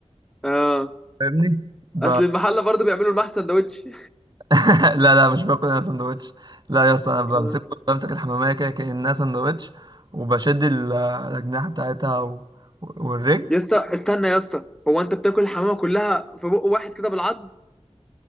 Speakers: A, in the centre; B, on the right (about 40°).
A: اه
B: فاهمني ب...
A: اصل المحله برضه بيعملوا المحشي سندوتش
B: <laughs> لا لا مش باكل انا سندوتش لا يا اسطى انا بمسك
A: آه.
B: بمسك الحماميه كده كانها سندوتش وبشد ال- الاجنحه بتاعتها و... والرجل
A: يا اسطى استنى يا اسطى هو انت بتاكل الحمامه كلها في بق واحد كده بالعض